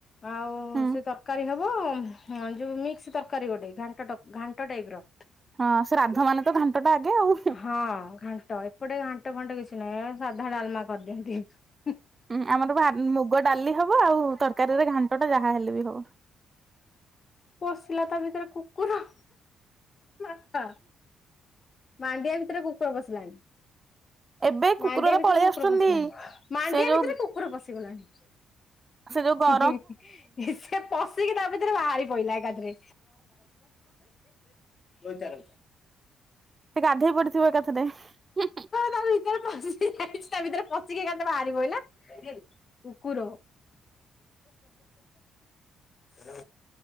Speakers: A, on the left; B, on the right.
A: ଆଉ
B: ହୁଁ
A: ସେ ତରକାରୀ ହବ ଯୋଉ ମିକ୍ସ ତରକାରୀ ଗୋଟେ ଘାଣ୍ଟ ଟ ଘଣ୍ଟ ଟାଇପ୍ ର
B: ହଁ ଶ୍ରାଦ୍ଧ ମାନେ ତ ଘାଣ୍ଟ ଟା ଆଗେ ଆଉ
A: ହଁ ଘାଣ୍ଟ ଏପଟେ ଘାଣ୍ଟ ଫାଣ୍ଟ କିଛି ନାହିଁ ଏ ସାଧା ଡାଲମା କରିଦିଅନ୍ତି
B: ହଁ ଆମର ବା ମୁଗ ଡାଲି ହବ ଆଉ ତରକାରୀରେ ଘାଣ୍ଟଟା ଯାହା ହେଲେ ବି ହବ
A: ପଶିଲା ତା ଭିତରେ କୁକୁର ମାଥା ମାଣ୍ଡିଆ ଭିତରେ କୁକୁର ବସିଲାଣି
B: ଏବେ କୁକୁରରା
A: ମାଣ୍ଡିଆ ଭିତରେ
B: ପଳେଇ
A: କୁକୁର
B: ଆସୁଛନ୍ତି
A: ପଶଗିଲାଣି ମାଣ୍ଡିଆ
B: ସେ ଯୋଉ
A: ଭିତରେ କୁକୁର ପଶିଗଲାଣି
B: ସେ ଯଉ ଗ
A: ହି ଇ ସେ ପଶିକି ତା ଭିତରେ ବାହାରି ପଡିଲା ଏକାଥରେ ହଉଚାର
B: ସେ ଗାଧେଇ ପଡିଥିବ ଏକାକଥରେ
A: ତା ଭିତରେ ପଶି ଯାଇଚି ତା ଭିତରେ ପଶିକି ଏକାଥରେ ବାହାରି ପଡ଼ିଲା କୁକୁର ହଁ